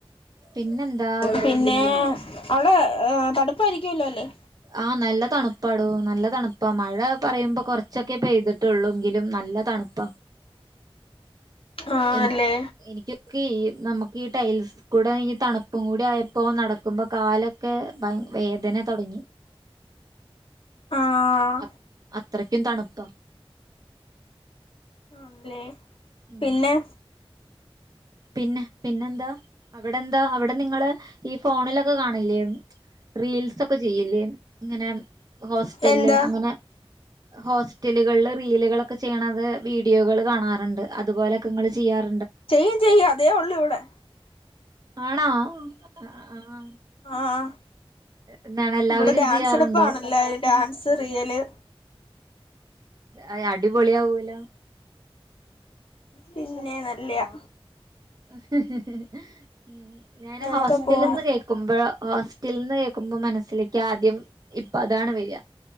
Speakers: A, on the right; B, on the left.
A: പിന്നെന്താ പറയുന്നു
B: പിന്നെ അവടെ തണുപ്പായിരിക്കുവല്ലോ അല്ലേ
A: ആഹ് നല്ല തണുപ്പാടോ നല്ല തണുപ്പ മഴ പറയുമ്പോ കുറച്ചൊക്കെ പെയ്തിട്ടുള്ളൂങ്കിലും നല്ല തണുപ്പ.
B: ആണല്ലേ
A: എനി എനിക്കൊക്കെ നമുക്കി ടൈൽസ് കൂടെ ഈ തണുപ്പും കൂടി ആയപ്പോ നടക്കുമ്പോ കാലൊക്കെ വേദന തുടങ്ങി.
B: ആഹ്
A: അ അത്രക്കും തണുപ്പ
B: ആണല്ലേ
A: ഉം
B: പിന്നെ
A: പിന്നെ, പിന്നെന്താ അവിടെന്താ, അവിടെ നിങ്ങള് ഈ ഫോണിലൊക്കെ കാണില്ലേ റീൽസ് ഒക്കെ ചെയ്യിലെ ഇങ്ങനെ ഹോസ്റ്റല്ല്
B: എന്താ
A: അങ്ങനെ ഹോസ്റ്റലുകളില് റീലുകളൊക്കെ ചെയ്യണത് വീഡിയോകൾ കാണാറുണ്ട് അതുപോലോക്കെ നിങ്ങൾ ചെയ്യാർ
B: ചെയ്യും ചെയ്യും അതേ ഉള്ളൂ ഇവിടെ.
A: ആണോ ആഹ്.
B: ആഹ്
A: എന്താണ് എല്ലാവരും
B: ഇവിടെ ഡാൻസ്
A: ചെയ്യാറുണ്ടോ
B: എടുപ്പാണെല്ലരും ഡാൻസ് റീല്
A: അതെ അടിപൊളിയാവൂലോ
B: പിന്നെ നല്ലയാ.
A: <unintelligible> ഞാന്
B: അങ്ങനൊക്കെ
A: ഹോസ്റ്റലിന്ന്
B: പോണു
A: കേൾക്കുമ്പോ ഹോസ്റ്റലിന്ന് കേക്കുമ്പോ മനസ്സിലേക്ക് ആദ്യം ഇപ്പ അതാണ് വരിക